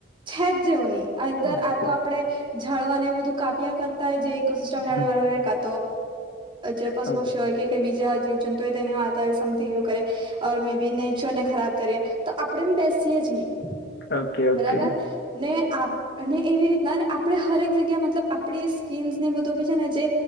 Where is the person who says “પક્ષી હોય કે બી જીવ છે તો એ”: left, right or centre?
Right